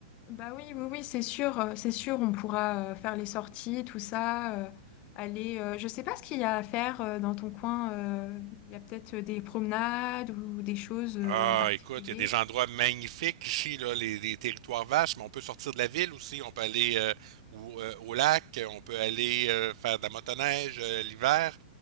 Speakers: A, on the left; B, on the right.
A: bah oui, oui, oui, c'est sûr, euh, c'est sûr, on pourra euh, faire les sorties, tout ça, euh, aller, euh, je sais pas ce qu'il y a à faire euh, dans ton coin, euh, il y a peut-être euh, des promenades ou des choses euh,
B: Ah,
A: en particulier,
B: écoute, il y a des endroits magnifiques ici, là, les, les territoires vastes, mais on peut sortir de la ville aussi. On peut aller euh, au, euh, au lac, on peut aller euh, faire de la motoneige euh, l'hiver,